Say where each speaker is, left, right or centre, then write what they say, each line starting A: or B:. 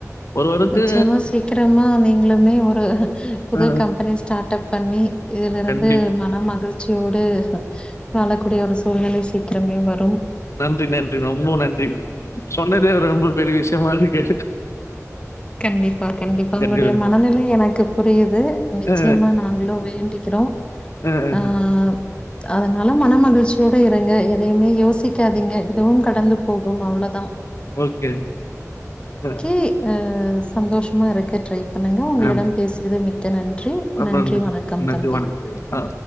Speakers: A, on the left; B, on the left.
A: ஒருவருக்கு
B: நிச்சயமா சீக்ரமா நீங்களுமே ஒருப் புதுக்
A: அ
B: கம்பெனி ஸ்டார்ட்அப் பன்னி இதுலிருந்து
A: நன்றி.
B: மனமகள் ச்சியோடு வாலக்கூடிய ஒருஸ் சூல்நலை சீக்கிரமே வரும்
A: நன்றி நன்றி ரொம்போ நன்றி சொன்னதே ஒரு ரொம்பப் பெரிவிஷ்ய்மாருக்கே
B: கண்டிப்பா கண்டிப்பா உங்களுடைய
A: நன்றி.
B: மனநில எனக்கு புரியுது நிச்சயமா
A: அ,
B: நாங்களு வேண்டிக்கிறோ
A: அ, அ.
B: ஆஹ் அ னல மன மகிழ்ச்சியோட இருங்க எதயுமே யோசிக்காதீங்க இதுவு கடந்துப் போகு அவ்ளோதா
A: ஓக்கே ஹ்
B: கு அஹ் சந்தோஷமா இருக்க ட்ரை பண்ணுங்க உங்களிடம்
A: ஆமா.
B: பேசியது மிக்க நன்றி
A: அப்புறம்
B: நன்றி வணக்கம்
A: நன்றி
B: தம்பி
A: வணக்கம். ஆ.